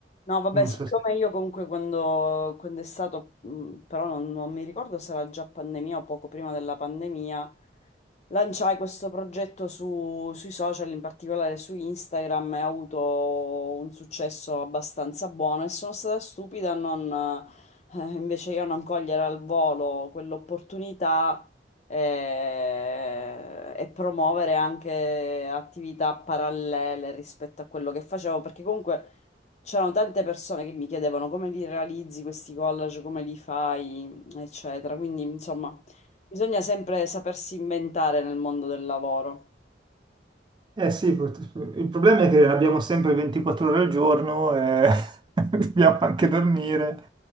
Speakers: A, on the left (about 40°); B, on the right (about 25°).
A: No, vabbè,
B: Non
A: siccome
B: so se...
A: io comunque quando, quando è stato, mh, però non, non mi ricordo se era già pandemia o poco prima della pandemia, lanciai questo progetto su- sui social, in particolare su Instagram, e ha avuto un successo abbastanza buono e sono stata stupida a non, eh, invece io a non cogliere al volo quell'opportunità eh, e promuovere anche attività parallele rispetto a quello che facevo, perché comunque... C'erano tante persone che mi chiedevano come li realizzi questi collage, come li fai, eccetera. Quindi, insomma, bisogna sempre sapersi inventare nel mondo del lavoro.
B: Eh sì, purt- il problema è che abbiamo sempre 24 ore al giorno e <laughs> dobbiamo anche dormire